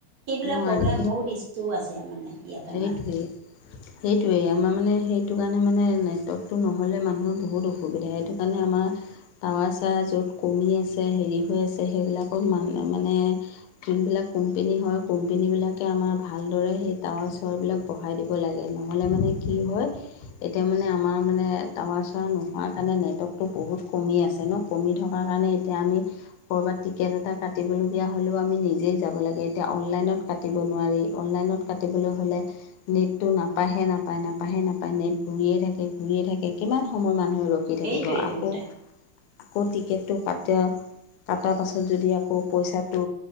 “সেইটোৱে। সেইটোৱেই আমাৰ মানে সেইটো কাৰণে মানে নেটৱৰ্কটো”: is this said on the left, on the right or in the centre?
Left